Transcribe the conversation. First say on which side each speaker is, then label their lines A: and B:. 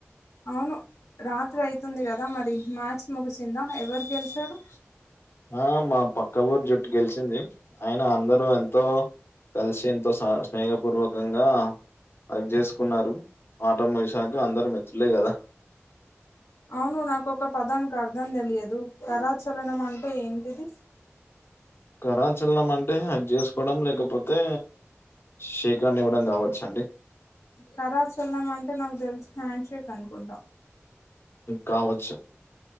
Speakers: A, on the left; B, on the left.
A: అవును రాత్రి అవుతుంది కదా, మరి మ్యాచ్ ముగిసిందా ఎవరు గెలిచారు?
B: ఆ మా పక్క ఊరు జుట్టు గెలిచింది. అయిన అందరూ ఎంతో కలిసి ఎంతో స్నేహపూర్వకంగా హగ్ చేసుకున్నారు. ఆటముగిశాక అందరూ మిత్రులే కదా.
A: అవును నాకొక పదానికి అర్థం తెలియదు. కరాచలనం అంటే ఏంటిది?
B: కరాచలనం అంటే హగ్ చేసుకోవడం లేకపోతే షేక్ హ్యాండ్ ఇవ్వడం కావచ్చు. చ్చండి
A: కరాచలనము అంటే నాకు తెలిసి హ్యాండ్ షేక్ అనుకుంటా.
B: కావచ్చు.